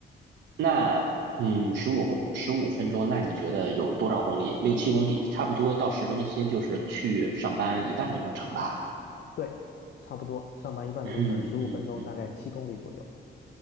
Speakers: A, on the right; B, on the left.
A: 那嗯十五十五分钟，那你觉得有多少公里？六七公里，差不多到市中心就是去上班一半的路程吧。
B: 对，差不多，上班一半的路程，
A: 嗯嗯嗯。
B: 十五分钟，大概七公里左右。